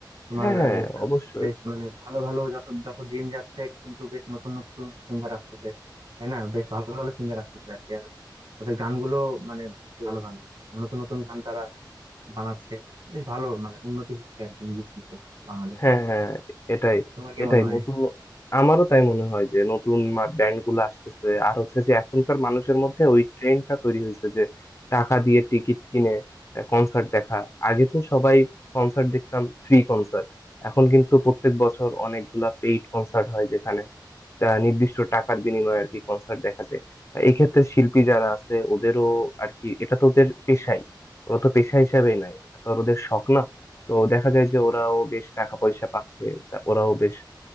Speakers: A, on the right; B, on the left.
A: তোমার
B: হ্যাঁ হ্যাঁ
A: আহ, আহ,
B: অবশ্যই
A: বেশ মানে ভালো ভালো যত যত দিন যাচ্ছে কিন্তু বেশ নতুন নতুন সিঙ্গার আসতেছে তাই না বেশ ভালো ভালো সিঙ্গার আসতেছে আর কি আর ওদের গানগুলো মানে ভালো ভালো নতুন নতুন গান তারা বানাচ্ছে বেশ ভালো মানে উন্নতি হচ্ছে আর কি মিউজিক শিল্প বাংলাদেশে
B: হ্যাঁ হ্যাঁ এটাই
A: তোমার কি
B: এটাই
A: মনে হয়
B: নতুন আমারও তাই মনে হয় যে নতুন ব্যান্ড গুলো আসতেছে আর হচ্ছে যে এখনকার মানুষের মধ্যে ওই ট্রেন্ডটা তৈরি হয়েছে যে টাকা দিয়ে টিকিট কিনে কনসার্ট দেখা আগে তো সবাই কনসার্ট দেখতাম ফ্রি কনসার্ট এখন কিন্তু প্রত্যেক বছর অনেকগুলা পেইড কনসার্ট হয় যেখানে আহ, নির্দিষ্ট টাকার বিনিময়ে আর কি কনসার্ট দেখা যায় আহ, এই ক্ষেত্রে শিল্পী যারা আছে ওদেরও আর কি এটা তো ওদের পেশাই ওরা তো পেশা হিসাবেই নাই এটা তো আর ওদের শখ না তো দেখা যায় যে ওরাও বেশ টাকা পয়সা পাচ্ছে তা ওরাও বেশ